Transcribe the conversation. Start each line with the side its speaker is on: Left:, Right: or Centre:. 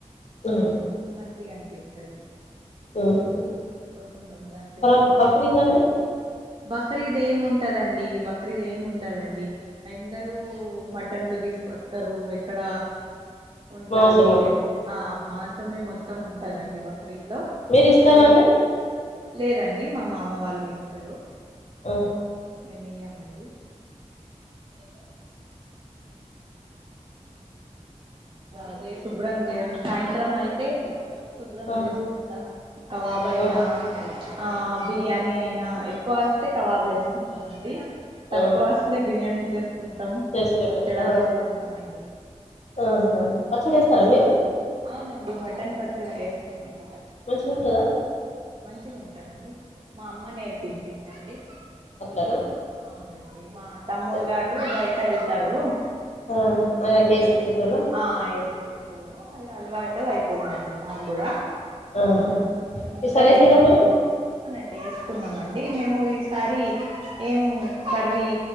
Left: అవును
Right: మంచిగా అనిపిస్తది
Left: ఆహా
Right: అందుకోసం రంజాన్ ఫెస్టివల్
Left: మరి బక్రీద్
Right: బాగా
Left: అండి
Right: బక్రీద్ ఏమి ఉంటదండి బక్రీద్ ఏమి ఉండదండి అందరరూ మటన్లు తీసు వస్తారు ఇక్కడ వండాలి
Left: మాంసం ఉంది
Right: ఆ మాసమే మొత్తం ఉంటదండి బక్రీద్ లో
Left: మీరు ఇస్తారా
Right: అది
Left: అండి
Right: లేదండి మా మామ వాళ్ళు ఇస్తారు
Left: ఓ
Right: మేము ఇయ్యమండి <inaudible> అదే సుబ్రం దేవ సాయంత్రం అయితే శుభ్రం
Left: ఆ
Right: చేసుకుంటాం కవాబ అయినా
Left: ఆ
Right: ఆ బిర్యానీ అయినా ఎక్కువ వస్తే కవాబులు వేసుకుంటామండి తక్కువస్త
Left: ఆ
Right: బిర్యానీ చేసుకుంట
Left: చేసుకుంటాం
Right: పచ్చడా
Left: ఆ
Right: చేస్తుంటామ అండి
Left: ఆహా పచ్చడి వేస్తారా మీరు
Right: అవునండి మటన్ పచ్చడా వేసుకున్నాము
Left: మంచిగా ఉంటదా
Right: మా అమ్మ నేర్పించిందండి
Left: అట్లనా
Right: అవునండి మా
Left: అచ్చ
Right: తమ్ముడుగారు
Left: అచ్చ.
Right: బయట వెళ్తారు
Left: ఆ ఆయన
Right: అయితే
Left: కేసి ఇచ్చేటోళ్ళ
Right: ఆ ఎసి తీపుతాడు అ అలవాటు అయిపోయిందండి నాకు కూడా
Left: ఆహా
Right: నేను
Left: ఈసారి
Right: ఇంకా
Left: వేసిర్రా
Right: ఏమ
Left: మీరు
Right: అవునండి వేసుకున్నామండి మేము ఈసారి ఏం కర్రీ